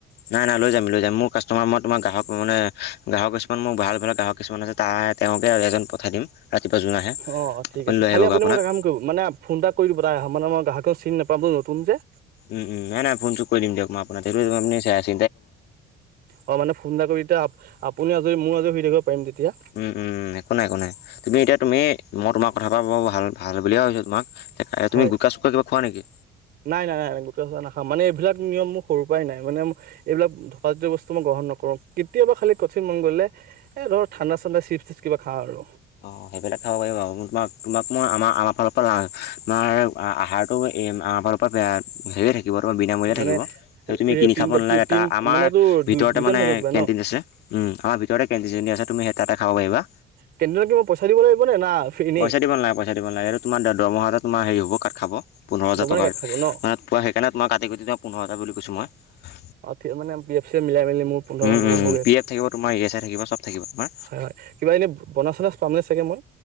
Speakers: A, on the left (about 75°); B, on the right (about 70°).
A: নাই- নাই লৈ যাম, লৈ যাম, মোৰ কাষ্টমাৰ মই তোমাৰ গ্ৰাহক মানে গ্ৰাহক মান মোৰ ভাল ভাল গ্ৰাহক কিছুমান আছে তাৰ তেওঁকে এজন পঠাই দিম ৰাতিপুৱা যোন আহে
B: অ অ ঠিক আছে
A: লৈ
B: খালি
A: আহিবগৈ
B: আপুনি
A: আপোনাক
B: মোক এটা কাম কৰিব, মানে ফোন এটা কৰি দিব তাৰ মানে মই গ্ৰাহক টো চিন নাপাম নতুন যে
A: উম, উম, নাই -নাই ফোন চুন কৰি দিম দিয়ক মই আপোনাক <unintelligible> আপোনি চাই আছে
B: অ মানে ফোন এটা কৰি এতিয়া, আপুনি আজৰি মইও আজৰি হৈ থাকিব পাৰিম তেতিয়া
A: উম, উম একো নাই, একো নাই, তুমি এতিয়া তুমি মই তোমাৰ কথা <unintelligible> ভাল -ভাল বুলিয়ে ভাবিছো তোমাক
B: হয়
A: তুমি গুটকা চুটকা কিবা খোৱা নেকি
B: নাই নাই নাই ন গোটেই চ নাখা মানে এইবিলাক নিয়ম মখ সৰুৰ পৰাই নাই। মানে এইবিলাক ধপাত জাতীয় বস্তু মই গ্ৰহণ নকৰোঁ, কেতিয়াবা খালি কঠিন মন গলে ঠাণ্ডা চান্দা চিপছ্ টিপচ কিবা খাও আৰু
A: অ সেইবিলাক খাব পাৰিবা বাৰু, তোমাক -তোমাক মই আমাৰ- আমাৰ ফালৰ অ আমাৰ আহাৰটো এই আমাৰ আ হেৰিয়ে থাকিব তোমাৰ বিনামূলীয়া
B: মানে
A: থাকিব সেইটো তুমি কিনি
B: তিনিটা
A: খাব নালাগে
B: তিন
A: তাৰ আমাৰ
B: মানে তোৰ দুই
A: ভিতৰতে
B: দুই টাইম
A: মানে
B: থাকিব
A: হে
B: কিবা
A: কেণ্টিন
B: ন
A: আছে, উম, আমাৰ ভিতৰতে কেণ্টিন চেণ্টিন আছে তুমি সেই তাতে খাব পাৰিবা।
B: কেইদিনত পইচা দিব লাগিব না এনেই
A: পইচা দিবালাগেইচা দিব নাগে এইটো তোম দৰমহাটে তোমাৰ হে হব কাট খাব পোন্ধৰ হাজাৰটকাৰ
B: দমনে কাট খাব ন
A: মানে পোৱা সেইকাৰণে তোমাক কাটি কুটি তোই পোন্ধৰ হাজাৰ বুলি কছোঁ মই
B: অ', মানে এফ মিলাই মেলি মোৰ পোন্ধৰমান
A: উম
B: পাবগে
A: উম উম পি এফ থাকিব তোমাৰ ইএছাই থাকিব চব থাকিব তোমাৰ
B: হয় হয় কিবা এনে বনাছ চনাচ পামনে চাগে মই